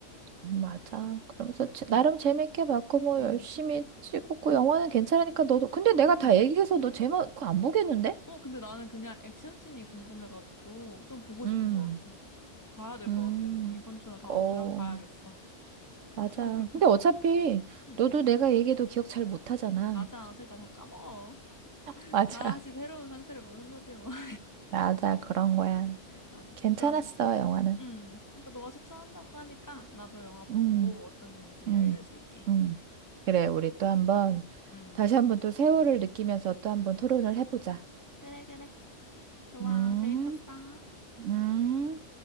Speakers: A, on the right; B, on the left.
A: 맞아. 그러면서 제- 나름
B: 음,
A: 재밌게 봤고 뭐
B: 음,
A: 열심히 찍었고 영화는 괜찮으니까 너도 근데 내가
B: 음.
A: 다 얘기해서 너 제목 그거 안 보겠는데?
B: 어, 근데 나는 그냥 액션씬이 궁금해가지고 좀 보고
A: 음,
B: 싶은 것 같아. 봐야 될
A: 음.
B: 것 같아. 뭔가 이번 주나 다음
A: 어,
B: 주에 한 번 봐야겠어.
A: 맞아.
B: 그, 그,
A: 근데
B: 음.
A: 어차피
B: 음.
A: 너도 내가 얘기해도 기억 잘 못하잖아.
B: 맞아. 어차피 나다 까먹어.
A: <laughs>
B: <laughs>
A: 맞아.
B: 다시 새로운 상태를 보는 거지 뭐. <laughs>
A: 맞아. 그런 거야.
B: 맞아.
A: 괜찮았어,
B: 그럼,
A: 영화는.
B: 음. 그러니까 너가 추천한다고 하니까 나도 영화 보고
A: 음.
B: 어땠는지
A: 음.
B: 알려줄게.
A: 음. 그래. 우리 또 한번
B: 음.
A: 다시 한번 또 세월을 느끼면서 또 한번 토론을 해보자.
B: 그래, 그래. 좋아.
A: 음,
B: 재밌었어.
A: 음.